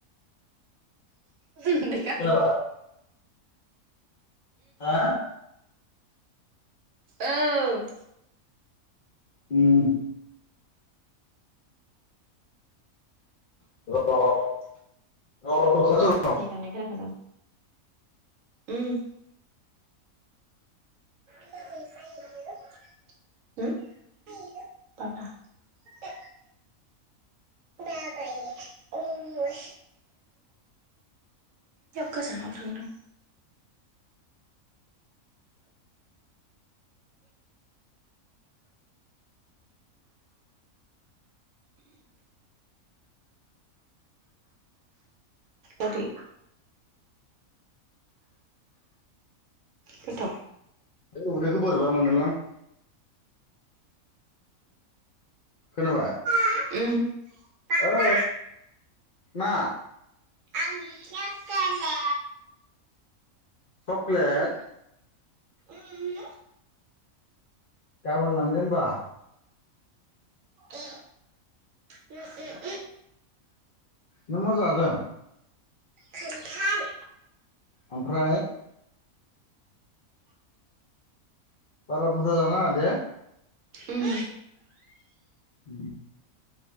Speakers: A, on the right (about 70°); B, on the left (about 55°).
A: <unintelligible>
B: खोनाबाय हा?
A: औ।
B: हुम। <unintelligible>
A: दै गाबनाय खोनाफैदों। उम। <unintelligible> <unintelligible> ओयाव गोजानाव थांदों। अदि गोथा
B: उदैखौ बोरोयबा मोनदोंलां। खोनाबाय?
A: <unintelligible> बाबा
B: ओ मा?
A: आंनि फिथा गेले
B: चकलेट
A: उम
B: गाबोन लांगोनबा।
A: ए उम उम उम
B: नों मा जादों?
A: खानथाल।
B: ओमफ्राय? बारा बुरजा जानाङा दे।
A: उम
B: <inaudible>